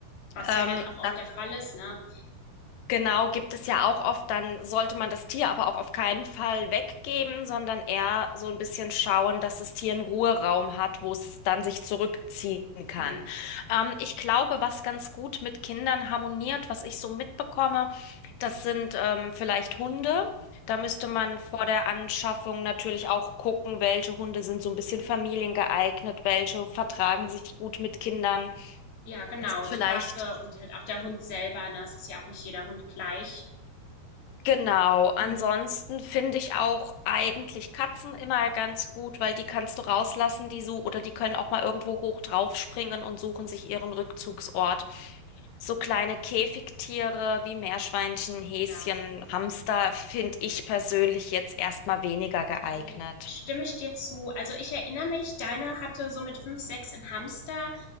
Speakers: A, on the left; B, on the left.
A: was
B: ähm,
A: ja halt auch
B: dann
A: oft der Fall ist, ne?
B: Genau, gibt es ja auch oft, dann sollte man das Tier aber auch auf keinen Fall weggeben, sondern eher so ein bisschen schauen, dass das Tier einen Ruheraum hat, wo es dann sich zurückziehen kann.
A: Hm.
B: Ähm, ich glaube, was ganz gut mit Kindern harmoniert, was ich so mitbekomme, das sind ähm, vielleicht Hunde. Da müsste man vor der Anschaffung natürlich auch gucken, welche Hunde sind so ein bisschen familiengeeignet, welche vertragen sich gut mit Kindern,
A: Ja, genau,
B: sind vielleicht
A: die Rasse und halt auch der Hund selber, ne? Es ist ja auch nicht jeder Hund gleich.
B: Genau, ansonsten
A: Hm.
B: finde ich auch eigentlich Katzen immer ganz gut, weil die kannst du rauslassen, die so, oder die können auch mal irgendwo hoch draufspringen und suchen sich ihren Rückzugsort. So kleine Käfigtiere wie Meerschweinchen, Häschen,
A: Ja.
B: Hamster finde ich persönlich jetzt erstmal weniger geeignet.
A: Ne, stimme ich dir zu. Also, ich erinnere mich, deiner hatte so mit 5 6 'n Hamster,